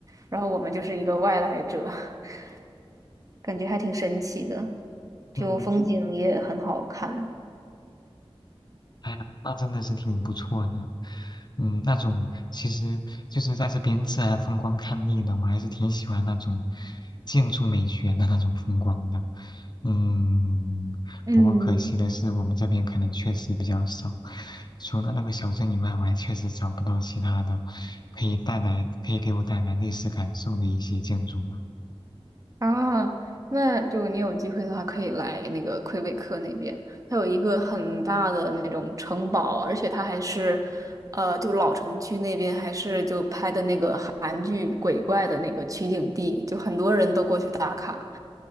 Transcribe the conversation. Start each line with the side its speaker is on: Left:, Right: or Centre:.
Right: 然后我们就是一个外来者，<laughs> 感觉还挺神奇的，就风景也很好看。
Left: 嗯。哎呀，那真的是挺不错的。嗯，那种其实就是在这边自然风光看腻了，我还是挺喜欢那种建筑美学的那种风光的。嗯，
Right: 嗯。
Left: 不过可惜的是，我们这边可能确实比较少。除了那个小镇以外，我还确实找不到其他的可以带来、可以给我带来历史感受的一些建筑吧。
Right: 啊，那就你有机会的话，可以来那个魁北克那边，它有一个很大的那种城堡，而且它还是，呃，就老城区那边还是就拍的那个韩剧鬼怪的那个取景地，就很多人都过去打卡。